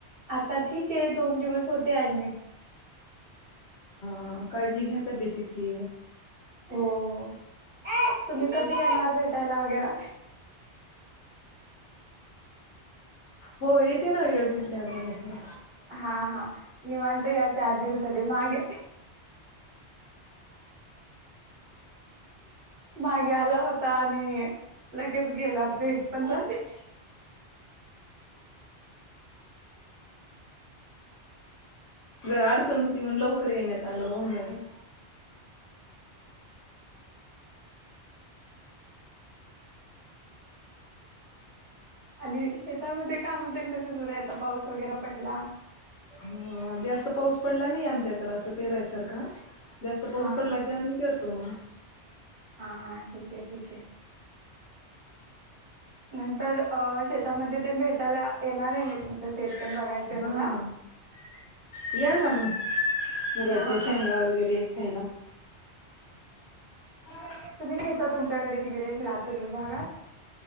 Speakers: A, on the right; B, on the left.
A: आता ठीक आहे दोन दिवस होते ऍडमिट.
B: ह काळजी घ्या तब्येतिची
A: हो हो तुम्ही कधी येणार भेटायला वगैरा.
B: हो येते ना वेळ भेटल्यावर मला थोडं.
A: हा हा निवांत या चार दिवसासाठी मागे <inaudible> मागे आला होता आणि लगेच गेला भेट पण झाली नाई.
B: जरा अडचण हुती म्हण लवकर येण्यात आलो ओ मॅडम.
A: आणि शेतामध्ये काम तेन कस सुरूय आता पाऊस वगैरे पडला.
B: हा जास्त पाऊस पडला नाही आमच्याकडं असं पेरायसारखा. जास्त पाऊस
A: हा
B: पडला
A: हा
B: की आम्ही पेरतो मंग.
A: हा हा ठीक आहे ठीक आहे. नंतर अ शेतामध्ये तेन भेटायला येणार आहे मी तुमचं शेत तेन बघायचंय
B: हा.
A: मला. <inaudible>
B: या ना मग मुगाच्या
A: हा
B: शेंगा
A: हा
B: वगैरे खायला. <inaudible>
A: तुम्ही घेता तुमच्याकडे तिकडे लातूर विभागात.